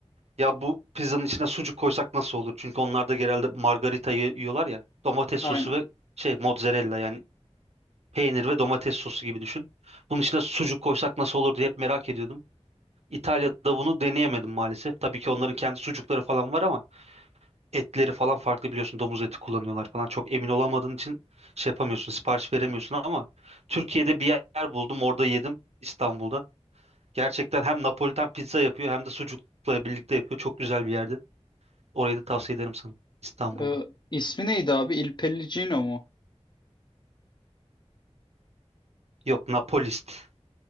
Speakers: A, on the right; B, on the left.
A: Ya bu pizzanın içine sucuk koysak nasıl olur? Çünkü onlar da genelde margarita yi- yiyorlar ya. Domates
B: Aynen.
A: sosu ve şey mozzarella yani peynir ve domates sosu gibi düşün. Bunun içine sucuk koysak nasıl olur diye hep merak ediyordum. İtalya'da bunu deneyemedim maalesef. Tabii ki onların kendi sucukları falan var ama etleri falan farklı biliyorsun. Domuz eti kullanıyorlar falan. Çok emin olamadığın için şey yapamıyorsun, sipariş veremiyorsun ama Türkiye'de bir yer buldum. Orada yedim İstanbul'da. Gerçekten hem Napolitan pizza yapıyor hem de sucukla birlikte yapıyor. Çok güzel bir yerde. Orayı da tavsiye ederim sana. İstanbul'da.
B: E, ismi neydi abi? Il Pellicino mu?
A: Yok Napolist.